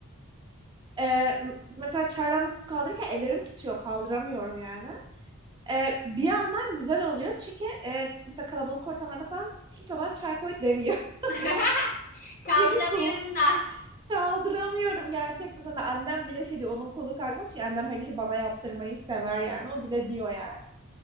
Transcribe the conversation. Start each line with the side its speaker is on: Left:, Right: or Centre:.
Right: Ee, m- mesela çaydanlık kaldırırken ellerim titriyor kaldıramıyorum yani. E, bir yandan güzel oluyor çünkü e, mesela kalabalık ortamlarda falan kimse bana çay koy demiyor. <laughs>
Left: <laughs> Kaldıramıyorum
Right: Çünkü kolu
Left: da.
Right: kaldıramıyorum gerçekten. Hani annem bile şey diyor onun kolu kalkmış ki annem her işi bana yaptırmayı sever yani o bile diyor yani.